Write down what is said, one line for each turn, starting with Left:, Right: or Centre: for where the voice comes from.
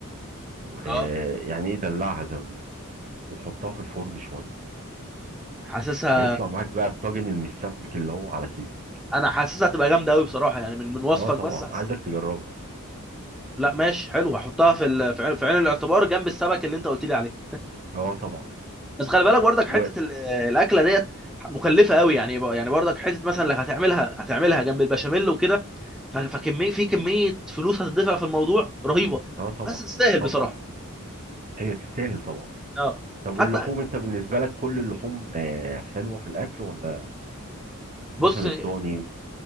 Right: ويعني
Centre: اه
Right: ايه دلعها زي ما بيقولوا وحطها في الفرن شويه
Centre: حاسسها
Right: هيطلع معاك بقى الطاجن المسبك اللي هو على كيفك
Centre: انا حاسسها تبقى جامده قوي بصراحه يعني من من وصفك
Right: اه طبعا
Centre: بس حاسسها
Right: عايزك
Centre: تبقى...
Right: تجربها
Centre: لا ماشي حلو هحطها في ال... في عين في عين الاعتبار جنب السمك اللي انت قلت لي عليه
Right: اه طبعا
Centre: بس خلي بالك برضك
Right: و
Centre: حته ال- الاكله ديت مكلفه قوي يعني بق- يعني برضك حته مثلا اللي هتعملها هتعملها جنب البشاميل وكده ف- فكميه في كميه فلوس هتدفع في الموضوع رهيبه
Right: اه طبعا
Centre: بس تستاهل
Right: طبعا
Centre: بصراحه
Right: هي تستاهل طبعا
Centre: اه
Right: طب
Centre: حتى
Right: واللحوم انت بالنسبه لك كل اللحوم آه، حلوه في الاكل ولا
Centre: بص
Right: مثلا الضاني